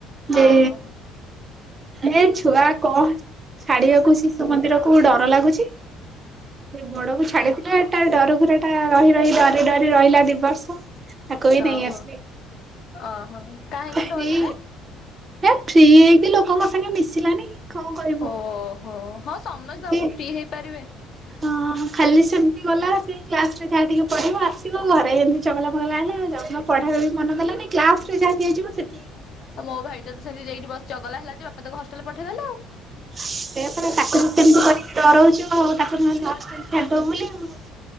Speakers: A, on the left; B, on the right.
A: ଓହୋ
B: ଏ ହେ ଛୁଆ କଣ ଛାଡିବାକୁ ଶିଶୁ ମନ୍ଦିର କୁ ଡର ଲାଗୁଛି। ସେ ବଡକୁ ଛାଡିଥିଲେ ଏଟା ଡରୁକୁରାଟା ରହି ରହି ଡରି ଡରି ରହିଲା ଦି ବର୍ଷ। ତାକୁ ବି
A: ଓହୋ
B: ନେଇ ଆସିଲି।
A: ଓହୋ କାହିଁକି
B: ହେଇ
A: ଡରିଲେ
B: ହେ ଫ୍ରି ହେଇକି ଲୋକଙ୍କ ସାଙ୍ଗେ ମିଶିଲାନି କଣ କରିବୁ।
A: ଓହୋ ହଁ ସମସ୍ତେ ଆଉ
B: ଯେ
A: କଣ ଫ୍ରି ହେଇପାରିବେ।
B: ହଁ ଖାଲି ସେମିତି ଗଲା, ସେ କ୍ଲାସ ରେ ଯାହା ଟିକେ ପଢିବ ଆସିବ ଘରେ ଏମିତି ଚଗଲା ଫଗଲା ହେଲା ଆଉ ଯାଉନି। ପଢ଼ା ବେଳେ ବି ମନ ଦେଲାନି। କ୍ଲାସ୍ ରେ ଯାହା ଦିଆଯିବ ସେତିକୀ।
A: ଆଉ ମୋ ଭାଇଟା ତ ସେମିତି ଯାଇ ଏଠି ବସ ଚଗଲା ହେଲା ଯେ, ବାପା ତାକୁ ହଷ୍ଟେଲ ପଠେଇଦେଲେ ଆଉ।
B: ସେଇଆ ପରା ତାକୁ
A: ସେ
B: ତ ସେମିତି କରିକି ଡରଉଛୁ ଆଉ ତାକୁ ନେଇ ହଷ୍ଟେଲ ରେ ଛାଡିଦବୁ ବୋଲି ଆଉ।